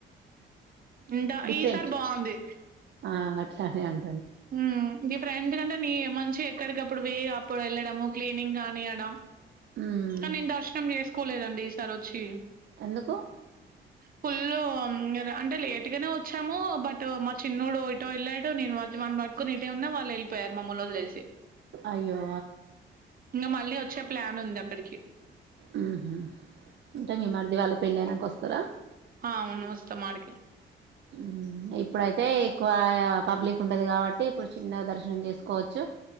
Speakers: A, on the right; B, on the right.
A: ఇంద
B: డిఫరెంట్
A: ఈసారి బాగుంది
B: ఆ అట్లనే అన్
A: మ్మ్ గీ ఫ్రెండ్ కంటే నీ మంచి అక్కడికిప్పుడు వేయ అప్పుడు వెళ్ళడము క్లీనింగ్ గా అనియడం
B: మ్మ్
A: కానీ నేన్ దర్శనం చేస్ కోలేదండి ఈసారి వచ్చి
B: ఎందుకు
A: ఫుల్ అంటే లేటుగానే వచ్చాము బట్ మా ఫుల్లు అంటే లేటుగానీ వచ్చాము బట్ మా చిన్నడు ఇటో వెళ్ళాడు నేను వని పట్టుకొని ఇటే ఉన్నా వాళ్ళు వెళ్ళిపోయారు మామ్ముల్లు తెలిసి
B: అయ్యో
A: ఇంకా మళ్లీ వచ్చే ప్లాన్ ఉందా కడికి
B: హ్మ్ హు అంటే మీ మరిది వాళ్ళ పెళ్ళైనంక వస్ తర
A: ఆ ఆవును వస్తాం అడకే
B: హ్మ్ హు ఇప్పుడైతే ఎక్కువ పబ్లిక్ ఉండదు కాబ ట్టి ఇప్పుడు చిన్నగా దర్శనం చేసుకోవచ్చు